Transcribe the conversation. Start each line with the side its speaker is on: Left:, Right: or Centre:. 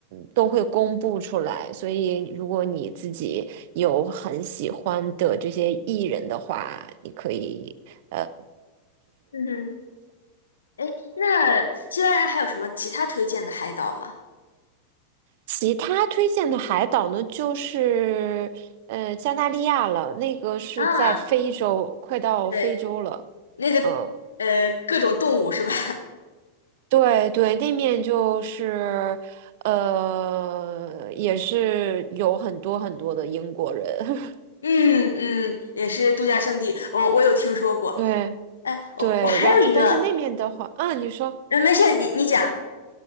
Right: 都会公布出来。所以如果你自己有很喜欢的这些艺人的话，你可以。呃。
Left: 嗯哼，哎，那西班牙还有什么其他推荐的海岛吗？
Right: 其他推荐的海岛呢，就是呃加那利亚了，那个是在非洲，
Left: 啊，
Right: 快到非洲了。
Left: 对，那个呃，
Right: 嗯，
Left: 各种动物是吧？<laughs>
Right: 对对，那面就是呃也是有很多很多的英国人。<laughs>
Left: 嗯嗯，也是度假胜地。我、我有听说过，
Right: 对
Left: 哎，我我还有一个，
Right: 对，让但是那面的话，嗯，你说。
Left: 呃，没事，你你讲，